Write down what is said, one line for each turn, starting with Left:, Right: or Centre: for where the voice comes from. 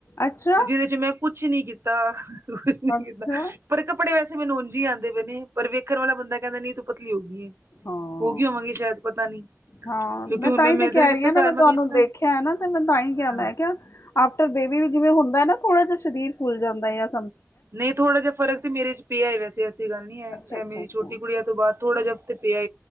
Left: ਅੱਛਾ
Right: ਹ ਜਿਦੇ ਚ ਮੈਂ ਕੁਛ ਨੀ ਕੀਤਾ ਕੁਛ ਨੀ ਕੀਤਾ
Left: ਅੱਛਾ
Right: ਪਰ ਕੱਪੜੇ ਮੈਨੂੰ ਉਝ ਹੀ ਆਉਂਦੇ ਪਏ ਨੇ ਪਰ ਵੇਖਣ ਵਾਲਾ ਬੰਦਾ ਕਹਿੰਦਾ ਨਹੀਂ ਤੂੰ ਪਤਲੀ ਹੋ ਗਈ ਹੈ।
Left: ਹਾਂ
Right: ਹੋ ਗਈ ਹੋਵਾਂਗੀ ਸ਼ਾਇਦ ਪਤਾ ਨੀ।
Left: ਹਾਂ
Right: ਕਿਉਂਕਿ
Left: ਮੈਂ
Right: ਹੁਣ
Left: ਤਾਂਹੀ
Right: ਮੇਜਰ
Left: ਤੇ ਕਹਿ
Right: ਕੀਤਾ
Left: ਰਹੀ ਹਾਂ ਨਾ
Right: ਘਰ
Left: ਮੈਂ ਤੁਹਾਨੂੰ
Right: ਗਈ ਸੀ ਨਾ
Left: ਦੇਖਿਆ ਹੈ ਨਾ ਤੇ ਮੈਂ ਤਾਂਹੀ ਗਿਆ
Right: ਹਾਂ
Left: ਮੈਂ ਕਿਹਾ। ਆਫਟਰ ਬੇਬੀ ਵੀ ਜਿਵੇਂ ਹੁੰਦਾ ਨਾ, ਥੋੜ੍ਹਾ ਜਿਹਾ ਸਰੀਰ ਖੁੱਲ ਜਾਂਦਾ, ਆਝ
Right: ਨਹੀਂ ਥੋੜਾ ਜਿਹਾ ਫਰਕ ਮੇਰੇ ਚ ਪਿਆ ਹੈ ਵੈਸੇ ਐਸੀ ਗੱਲ ਨਹੀਂ ਹੈ,
Left: ਅੱਛਾ
Right: ਇਹ
Left: ਅੱਛਾ
Right: ਮੇਰੀ
Left: ਅੱਛਾ
Right: ਛੋਟੀ
Left: ਹੂੰ
Right: ਕੁੜੀਆਂ ਤੋਂ ਬਾਅਦ, ਥੋੜਾ ਜਿਹਾ ਤੇ ਪਿਆ,